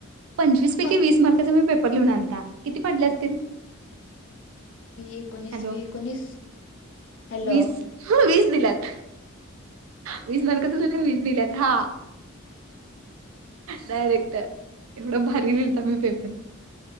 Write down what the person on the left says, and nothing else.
फक्त
एकोणीस
वी एकोणीस हॅलो